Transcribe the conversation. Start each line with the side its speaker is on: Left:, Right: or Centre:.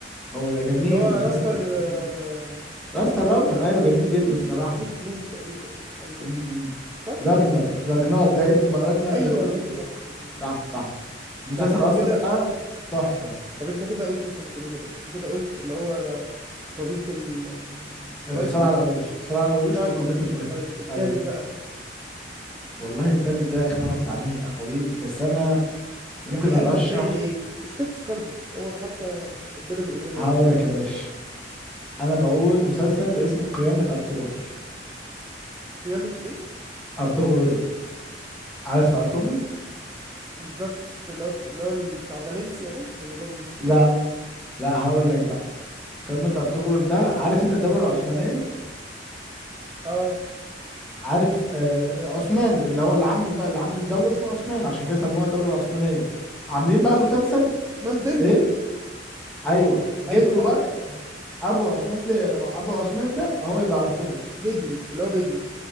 Centre: هو ده جميل
Right: اللي هو
Centre: مسلسل
Right: راستر
Centre: جميل
Right: آه،
Centre: أوي. راستا الراوتر ايوه جميل جدا
Right: لوس
Centre: صراحة
Right: لوس بروك تقريبا ولا حاجة كده
Centre: امم
Right: صح
Centre: راجنر راجنار ده ابنه بقى راجنر
Right: ايوه
Centre: لوسبروك
Right: ايوه صح راجنر صح
Centre: صح صح المسلسل
Right: يعني انت
Centre: اصلا
Right: كده
Centre: ده تحفه
Right: طب انت كده قلت مسلسلين يا باشا انت كده قلت اللي هو قبيلة الفايكنج
Centre: الصراع على العروش الصراع على العروش
Right: صراع
Centre: وقبيله
Right: القروش
Centre: البايكنج
Right: طيب التالت
Centre: ايوه
Right: بقى
Centre: والله التالت ده اختلفت عليه الاقاويل بس انا ممكن
Right: يعني
Centre: ارشح
Right: قلبك مايل لايه استفتي قلبك هو ده حتى ربنا بيقول لنا
Centre: هقول
Right: يعني
Centre: لك يا باشا انا بقول مسلسل اسمه قيامه ارطغرل
Right: قيامة ايه
Centre: ارطغرل عارف ارطغرل
Right: مش ده في اللي هو بت- اللي هو بتاع فالنسيا ده ولا ده مين؟
Centre: لا لا هقول لك بقى قيامه ارطغرل ده عارف انت الدوله العثمانيه
Right: اه
Centre: عارف آه، عثمان اللي هو اللي عامل بقى اللي عامل الدولة اسمه عثمان عشان كده سموها الدولة العثمانية عاملين
Right: عثمان
Centre: بقى مسلسل
Right: عثمان ديمبلي
Centre: ايه
Right: صح؟
Centre: ايوه جده
Right: ايوه ماله
Centre: بقى ابو عثمان ده ابو عثمان ده هو يبقى ارطغرل
Right: بدري اللي هو بدري